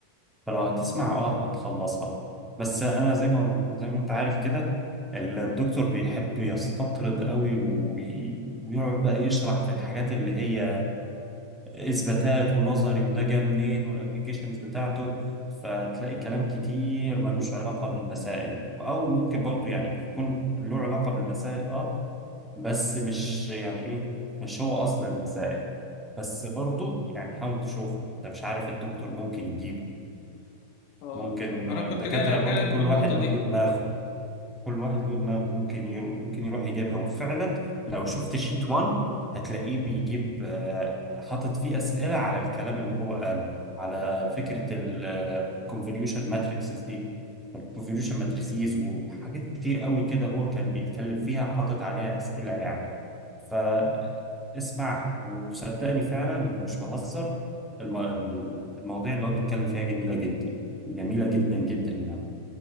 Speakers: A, in the centre; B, on the left.
A: فلو هتسمع
B: مم.
A: اه هتخلصها بس انا زي ما زي ما انت عارف كده الدكتور بيحب يستطرد قوي وي- ويقعد بقى يشرح في الحاجات اللي هي اثباتات ونظري وده جه منين والابلكيشنز بتاعته فتلاقي كلام كتير ملوش علاقة بالمسائل او ممكن برضو يعني بيكون له علاقة بالمسائل اه بس مش يعني ايه مش هو اصل المسائل بس برضو يعني حاول تشوفه انت مش عارف الدكتور ممكن يجيبه
B: اه
A: ممكن
B: ما انا
A: الدكاترة
B: كنت جاي لك جاي
A: برضو
B: لك
A: كل
B: في النقطه
A: واحد له
B: دي
A: دماغه كل واحد له دماغه ممكن يرو... ممكن يروح يجيبها وفعلا لو شفت شيت 1 هتلاقيه بيجيب آه، حاطط فيه أسئلة على الكلام اللي هو قاله على فكرة الكونفوليوشن ماتريكسز دي الكونفوليوشن ماتريسيز وحاجات كتير قوي كده هو كان بيتكلم فيها حاطط عليها أسئلة يعني فاسمعها وصدقني فعلا مش بهزر الم... المواضيع اللي هو بيتكلم فيها جميلة جدا جميلة جدا جدا يعني